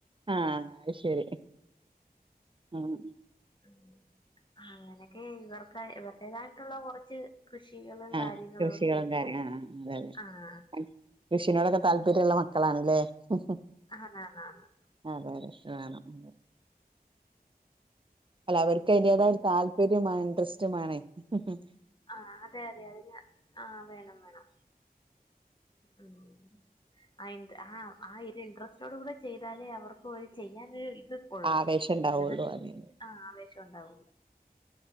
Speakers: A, on the right (about 30°); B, on the left (about 30°).
A: ആഹ് അത് ശരി ആ ഉം
B: ഉം അങ്ങനെ ഉം ഇവർക്കായി ഇവർടേതായിട്ടുള്ള കുറ ച്ച് കൃഷികളും
A: ആഹ്
B: കാര്യങ്ങളും
A: കൃഷികളും
B: ഒക്കെയുണ്ട്
A: കാര്യ ആ അതെ
B: ആഹ്
A: അതെ കൃഷിനോടൊക്കെ താല്പര്യള്ള മക്കളാ ണ്ല്ലേ ഉ
B: ആന്നാന്നാന്ന്
A: അതെ അതെ വേണം ഉം വേ അല്ല അവർക്ക്
B: പിന്നെ
A: അതിന്റെതായ ഒരു താല്പര്യമാണ് ഡസ്റ്റ് മാണേ ഹും ഹും
B: ആ അതെ അതെ തെ അത് ഞ ആ വേണം വേണം ഉം അയിന്ത് ആ ആ ഇത് ഇൻട്രസ്റ്റോട് കൂടെ ചെയ്താലേ അവർക്ക് ഒര് ചെയ്യ ഞാനൊരു ഇത് ഉള്ളള്
A: ആവേശം ഉണ്ടാവുള്ളൂ
B: അല്ലന്നുണ്ടെങ്ങി
A: അതെ അതെ
B: ആ ആവേശം ഉണ്ടാവുള്ളൂ